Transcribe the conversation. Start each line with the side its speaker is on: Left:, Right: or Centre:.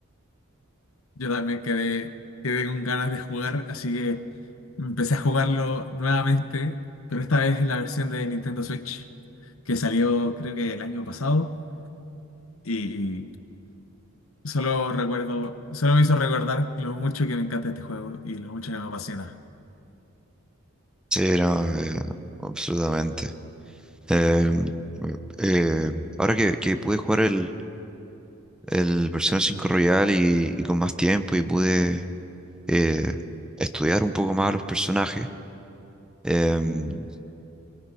Left: Yo también quedé, quedé con ganas de jugar, así que empecé a jugarlo nuevamente, pero esta vez en la versión de Nintendo Switch, que salió creo que el año pasado, y, y solo recuerdo, solo me hizo recordar lo mucho que me encanta este juego y lo mucho que me apasiona.
Centre: Sí, no, eh, absolutamente. Eh, eh, ahora que, que pude jugar el, el Persona cinco Royal y, y con más tiempo y pude eh, estudiar un poco más a los personajes, em,